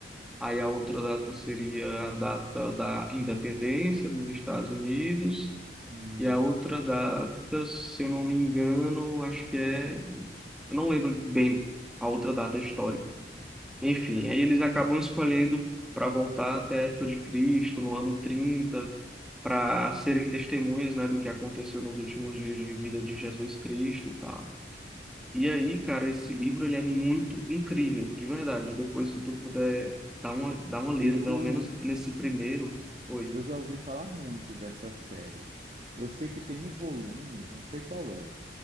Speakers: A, in the centre; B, on the right (about 40°).
A: Aí a outra data seria a data da independência dos Estados Unidos.
B: Hum.
A: E a outra data, se eu não me engano, acho que é. Eu não lembro bem a outra data histórica. Enfim, aí eles acabam escolhendo para voltar até a época de Cristo, no ano 30 para serem testemunhas, né, do que aconteceu nos últimos dias de vida de Jesus Cristo e tal. E aí, cara, esse livro ele é muito incrível, de verdade. Depois, se tu puder dar uma, dar uma
B: Eu,
A: lida, pelo menos nesse primeiro. Oi.
B: eu já ouvi falar muito dessa série. Eu sei que tem um volume, não sei qual é,